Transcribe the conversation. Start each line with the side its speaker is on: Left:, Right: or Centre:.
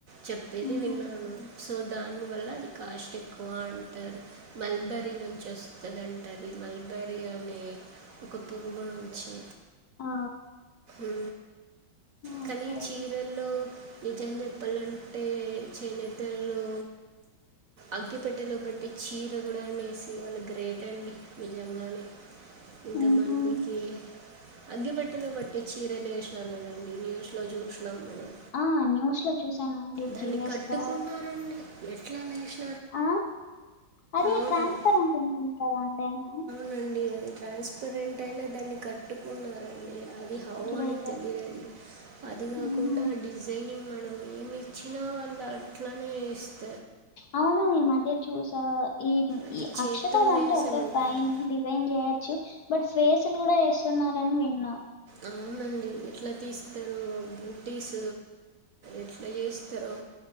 Right: చెప్పేది
Left: హుహు.
Right: విన్నాను సో దాని వల్ల అది కాస్ట్ ఎక్కువ అంటారు మల్బరీ నుంచి వస్తుందింటది మల్బరీ అనే ఒక పురుగు నుంచి
Left: ఆ!
Right: ఉ
Left: ఓకే.
Right: కానీ చీరల్లో నిజం చెప్పాలంటే చేనేతల్లో అగ్గిపెట్టెలో పెట్టి చీర కూడా నేసి వాళ్ళు గ్రేట్ అండి నిజంగానే ఇంతమందికి
Left: ఊహూ
Right: అగ్గిపెట్టిలో పట్టే చీర నేసినారు కదండీ న్యూస్ లో చూసిన నం మనం
Left: ఆ న్యూస్ లో చూసానండి
Right: దాన్ని
Left: ప్రీవియస్
Right: కట్టుకున్నారండి
Left: గా
Right: ఎట్లా నేసి
Left: ఆ అది
Right: అవునండి
Left: ట్రాన్స్పరెంట్ ఉంటుంది కదా అండి అయినా
Right: అవును అండి అది ట్రాన్స్పరెంట్ అయినా దాన్ని కట్టుకున్నారండి అది హౌ
Left: గ్రేట్
Right: అని తెలియదండి అది కాకుండా
Left: ఊహూ
Right: డిజైనింగ్ మనం మేమి ఇచ్చినా వాళ్ళు అట్లనే వే
Left: అవును ఈ మధ్య చూసా ఈ
Right: అది
Left: ఈ
Right: చేత్తో
Left: అక్షరాలంటే
Right: నేసమంటారు
Left: ఒకే పైన్ డి జైన్ చేయొచ్చు బట్ ఫేసులు కూడా వేస్తున్నారని విన్నా
Right: అవునండి ఎట్లా తీస్తారు బూటీస్ ఎట్లా చేస్తారో